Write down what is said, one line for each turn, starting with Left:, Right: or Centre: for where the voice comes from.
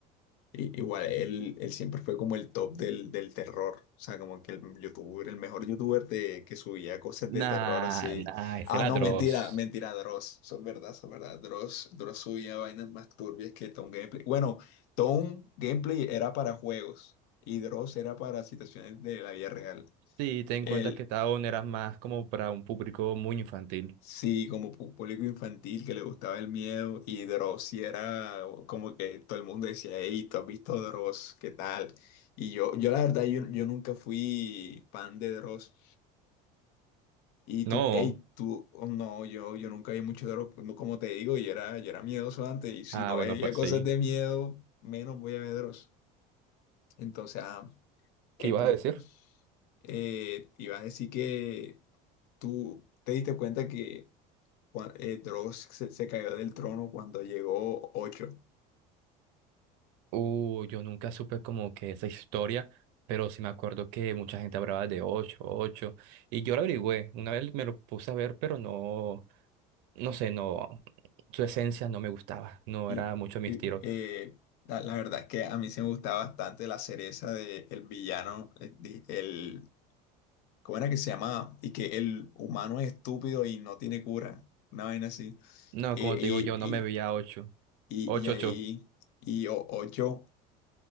Left: Y- igual, él, él siempre fue como el top del, del terror. O sea, como que el youtuber, el mejor youtuber de, que subía cosas
Right: Nah,
Left: de terror así.
Right: nah, es
Left: Ah,
Right: el atroz.
Left: no, mentira, mentira, Dross. Son verdad, son verdad. Dross, Dross subía vainas más turbias que Tom Gameplay. Bueno, Tom Gameplay era para juegos y Dross era para situaciones de la vida real.
Right: Sí, ten en
Left: el
Right: cuenta que Town era más como para un público muy infantil.
Left: Sí, como pu- público infantil que le gustaba el miedo y Dross sí era como que todo el mundo decía, hey, ¿tú has visto Dross? ¿Qué tal? Y yo, yo la verdad, yo, yo nunca fui fan de Dross. Y tú,
Right: No.
Left: hey, tú, oh, no, yo, yo nunca vi mucho Dross, Pues, no, como te digo, yo era, yo era miedoso antes y si
Right: Ah,
Left: no
Right: bueno,
Left: veía
Right: pues
Left: cosas
Right: sí.
Left: de miedo, menos voy a ver Dross. Entonces, ah, el
Right: ¿Qué ibas
Left: punto.
Right: a decir?
Left: Eh, te iba a decir que tú te diste cuenta que cua- eh, Dross se, se cayó del trono cuando llegó ocho
Right: Uh, yo nunca supe como que esa historia, pero sí me acuerdo que mucha gente hablaba de 8, 8, y yo lo averigüé, una vez me lo puse a ver, pero no, no sé, no, su esencia no me gustaba, no
Left: Y,
Right: era mucho mi
Left: y,
Right: estilo.
Left: eh, la, la verdad es que a mí se me gustaba bastante la cereza de el villano, eh, di- el, ¿cómo era que se llamaba? Y que el humano es estúpido y no tiene cura, una vaina así.
Right: No,
Left: Eh,
Right: como
Left: Y,
Right: te digo, yo
Left: y,
Right: no me veía ocho,
Left: y,
Right: ocho,
Left: y ahí,
Right: ocho.
Left: y o- Ocho